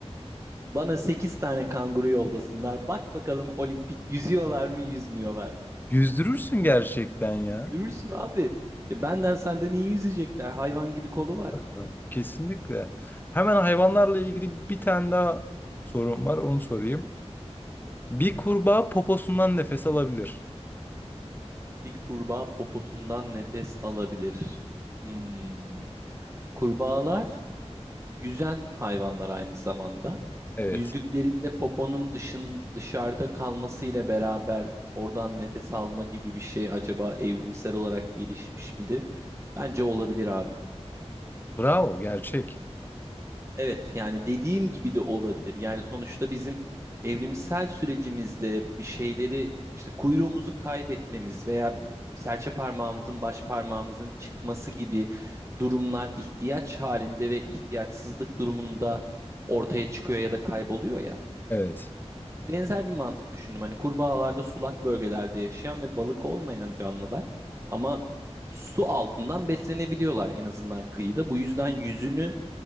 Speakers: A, on the right; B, on the left.
A: Bana 8 tane kanguru yoldasınlar. Bak bakalım olimpik yüzüyorlar mı, yüzmüyorlar mı?
B: Yüzdürürsün gerçekten ya.
A: Yüzdürürsün abi. Ya Benden senden iyi yüzecekler. Hayvan gibi kolu var.
B: Tamam. Kesinlikle. Hemen hayvanlarla ilgili bir tane daha sorum var. Onu sorayım. Bir kurbağa poposundan nefes alabilir.
A: Bir kurbağa poposundan nefes alabilir. Hmm. Kurbağalar Yüzen hayvanlar aynı zamanda.
B: Evet.
A: Yüzdüklerinde poponun dışın dışarıda kalmasıyla beraber oradan nefes alma gibi bir şey acaba evrimsel olarak gelişmiş midir? Bence olabilir abi.
B: Bravo. Gerçek.
A: Evet yani dediğim gibi de olabilir. Yani sonuçta bizim evrimsel sürecimizde bir şeyleri işte kuyruğumuzu kaybetmemiz veya serçe parmağımızın baş parmağımızın çıkması gibi durumlar ihtiyaç halinde ve ihtiyaçsızlık durumunda ortaya çıkıyor ya da kayboluyor ya.
B: Evet.
A: Benzer bir mantık düşündüm. Hani kurbağalarda sulak bölgelerde yaşayan ve balık olmayan canlılar ama su altından beslenebiliyorlar en azından kıyıda. Bu yüzden yüzünü